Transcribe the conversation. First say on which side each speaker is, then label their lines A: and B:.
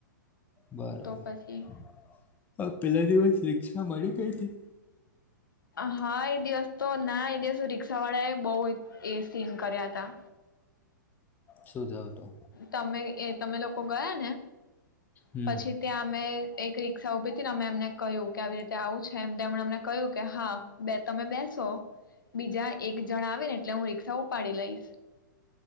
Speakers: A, on the left; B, on the left.
A: બરોબર
B: તો પછી
A: પેલા દિવસ રિકષ મળી કઈ હતીથી.
B: હા એ દિવસ તો ના એ દિવસ રિક્ષા વાળા એ બહ એ સીન કર્યા હતા.
A: શું થયું હતું?
B: તમે એ તમે લોકો ગયા ને
A: હમ
B: પછી ત્યાં અમે એક રિક્ષા ઉઊભી ને અમે એમને કહ્યું કે આવી રીતે આવું છે એમ અમને કહ્યું કે હા બે તમે બેસો બીજા એક જણ આવે ને એટલે હું રી્ષા ઉપાડી લઈશ.